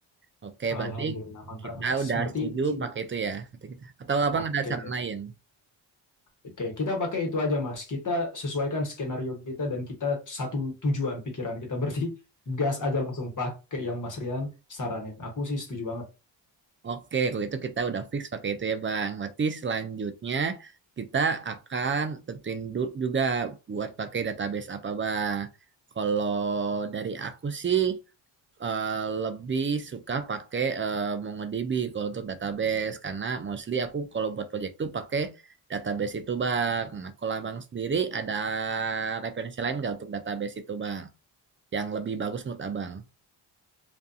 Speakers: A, on the right (about 25°); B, on the left (about 40°).
A: Oke,
B: Alhamdulillah,
A: berarti
B: mantap,
A: kita
B: Mas.
A: udah
B: Berarti,
A: setuju
B: izin.
A: pakai itu ya, kata kita. Atau Abang
B: Oke.
A: ada saran lain?
B: Oke, kita pakai itu aja, Mas. Kita sesuaikan skenario kita dan kita satu tujuan pikiran kita. Berarti <laughs> gas aja langsung pakai yang Mas Rian saranin. Aku sih setuju banget.
A: Oke, kalau itu kita udah fix pakai itu ya, Bang. Berarti selanjutnya kita akan tentuin du- juga buat pakai database apa, Bang. Kalau dari aku sih eh, lebih suka pakai eh, MongoDB kalau untuk database karena mostly aku kalau buat project tuh pakai database itu, Bang. Nah, kalau Abang sendiri ada referensi lain nggak untuk database itu, Bang? Yang lebih bagus menurut Abang?